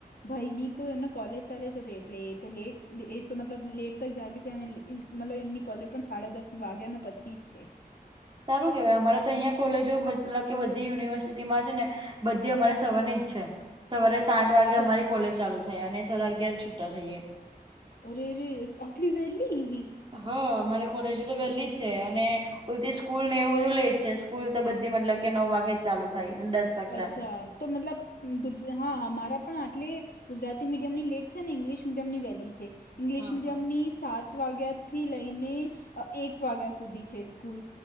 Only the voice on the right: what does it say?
સારું કેવાય અમારે તો અહિયાં કોલેજો મતલબ કે બધી યુનિવર્સિટીમાં છે ને બધી અમારે સવાની જ છે. સવારે સાઠ વાગે
અમારી કોલેજ ચાલુ થાય અને સાડા અગિયાર છૂટ્ટા થઈએ.
હા અમારે કોલેજ તો વેહલી જ છે અને ઉલતી સ્કૂલ ને એવું બધું લેટ છે સ્કૂલ તો બધી મતલબ કે નવ વાગે જ ચાલુ થાય દસ વાગતા
હા
હા